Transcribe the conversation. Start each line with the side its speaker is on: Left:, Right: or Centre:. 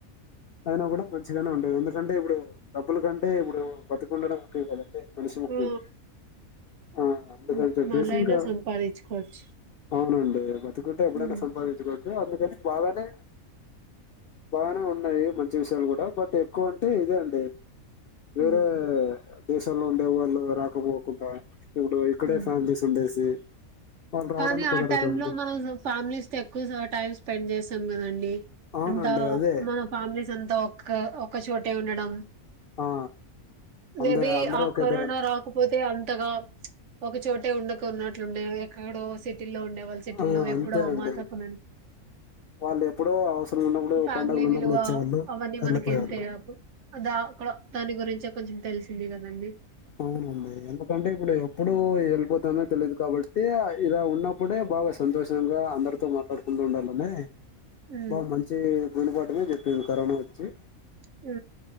Left: అయినా కూడా మంచిగానే ఉండేది ఎందుకంటే ఇప్పుడు డబ్బుల కంటే ఇప్పుడు బతికుండడం ముఖ్యంకదండి మనిషి ముఖ్యం
Right: ఆ
Left: ఆ అందుకని
Right: హ్మ్.
Left: చెప్పేసి
Right: మళ్ళైనా
Left: ఇంకా
Right: సంపాదించుకోవచ్చు
Left: అవునండి బతుకుంటే ఎప్పుడైనా
Right: హ్మ్
Left: సంపాదించుకోవచ్చు అందుకని బాగానే బాగానే ఉన్నాయి మంచి విషయాలు కూడా బట్ ఎక్కువ అంటే ఇదే అండి
Right: హ్మ్
Left: వేరే దేశాల్లో ఉండే వాళ్ళు రా క పోకుండా ఇప్పుడు ఇక్కడే
Right: హ్మ్
Left: ఫ్యామిలీస్ ఉండేసి వాళ్ళు రావడానికి
Right: కానీ
Left: కుదరదు
Right: ఆ టైమ్
Left: కదండి
Right: లో మనం ఫ్యామిలీస్ తొ ఎక్కువ టైమ్ స్పెండ్ చేస్తాం కదండి
Left: అవునండి
Right: అంతా
Left: అదే
Right: మన ఫ్యామిలీస్ అంతా ఒ ఒక్క చోటే ఉండడం
Left: ఆ అందే
Right: మేబి
Left: అందరూ
Right: ఆ
Left: ఒకే
Right: కరోనా
Left: దగ్గర
Right: రాకపోతే అంతగా ఒక చోటే ఉండక ఉన్నట్లుండే ఎక్కడో సి టీల్లో ఉండేవాళ్ళు సిటీల్లో
Left: ఆ
Right: ఎప్పుడో
Left: అంతే
Right: అమాసపున్నని
Left: అండి వాళ్ళు ఎప్పుడో అవసరం ఉన్నప్పుడు
Right: ఫ్యామిలీ
Left: పండుగలు ఉన్నప్పుడు
Right: విలువ
Left: వచ్చేవాళ్ళు
Right: అవన్నీ
Left: వెళ్ళిపోయేవాళ్ళు
Right: మనకి ఎంతపు ద అ క్ దాని గురించే కొంచెం తెలిసింది కదండి
Left: అవునండి ఎందుకంటే ఇప్పుడు ఎప్పుడు
Right: ఉ
Left: వెళ్ళిపోతనో తెలిదు కాబట్టి అ ఇలా ఉన్నప్పుడే బాగా సంతోషంగా అందరితో మాట్లాడుకుంటూడాలనే
Right: ఉ
Left: బా మంచి గునపాటమే చెప్పేంది కరోనా వచ్చి
Right: ఆ